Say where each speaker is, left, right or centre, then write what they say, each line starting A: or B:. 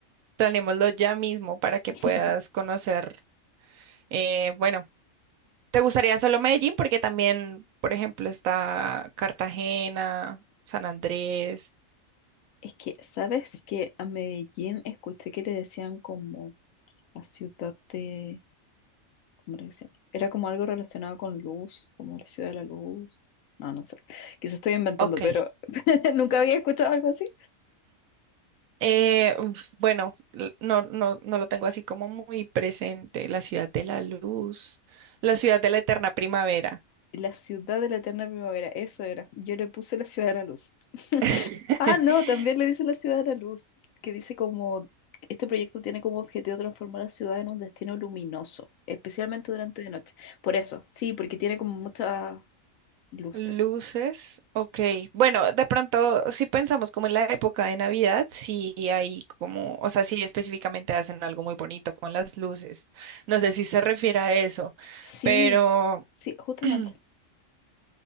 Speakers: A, on the right (about 85°); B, on the left (about 80°).
A: planeémoslo ya mismo para que
B: <laughs>
A: puedas conocer. eh, bueno, ¿te gustaría solo Medellín? Porque también, por ejemplo, está Cartagena, San Andrés.
B: Es que, ¿sabes que A Medellín escuché que le decían como la ciudad de... ¿Cómo le decían? Era como algo relacionado con luz, como la ciudad de la luz. No, no sé. Quizás estoy inventando,
A: Ok.
B: pero <laughs> nunca había escuchado algo así.
A: Eh, uf, bueno, l- no, no, no lo tengo así como muy presente. La ciudad de la luz, la ciudad de la eterna primavera.
B: La ciudad de la eterna primavera, eso era. Yo le puse la ciudad de la luz.
A: <laughs>
B: Ah, no, también le dice la ciudad de la luz, que dice como este proyecto tiene como objetivo transformar la ciudad en un destino luminoso, especialmente durante la noche. Por eso, sí, porque tiene como muchas luces.
A: Luces, ok. Bueno, de pronto, si pensamos como en la época de Navidad, sí hay como, o sea, sí específicamente hacen algo muy bonito con las luces. No sé si se refiere a eso,
B: Sí,
A: pero,
B: sí, justamente.
A: <clears throat>